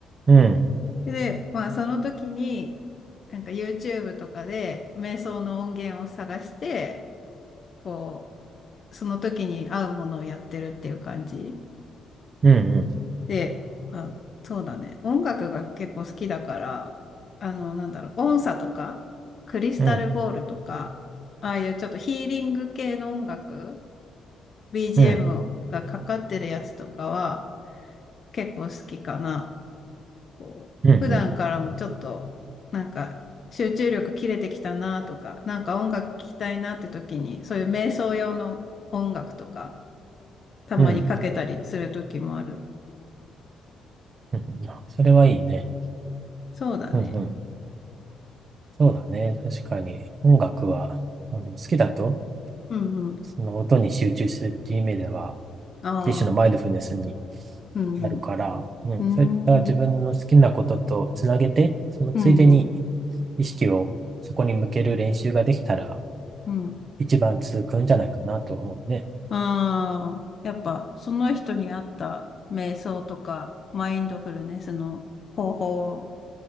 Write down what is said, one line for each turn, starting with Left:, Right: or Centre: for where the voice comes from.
Right: うん、
Left: で、まあその時に、なんか YouTube とかで瞑想の音源を探して、こう、その時に合うものをやってるっていう感じ。
Right: うん、うん、
Left: で、まあ、そうだね。音楽が結構好きだから、あの、なんだろう、音叉とか、クリスタルボールとか、
Right: うん、
Left: ああいうちょっとヒーリング系の音楽、BGM
Right: うん、
Left: がかかってるやつとかは、結構好きかな。こう、
Right: うん、うん、
Left: 普段からもちょっと、なんか、集中力切れてきたなとか、なんか音楽聴きたいなって時に、そういう瞑想用の音楽とか、たまにかけたりする時もある。
Right: うん。うんそれはいいね。
Left: そうだね。
Right: うん、うん。そうだね。確かに音楽は、あの、好きだと、
Left: うんうん。
Right: その音に集中するっていう意味では、
Left: ああ、
Right: 一種のマインドフルネスに
Left: うん
Right: なるから、うん、
Left: うん。
Right: そういった自分の好きなこととつなげて、
Left: うーん。
Right: そのついでに
Left: うんうん。
Right: 意識をそこに向ける練習ができたら、
Left: うん。
Right: 一番続くんじゃないかなと思うね。
Left: ああ、やっぱ、その人に合った瞑想とか、マインドフルネスの方法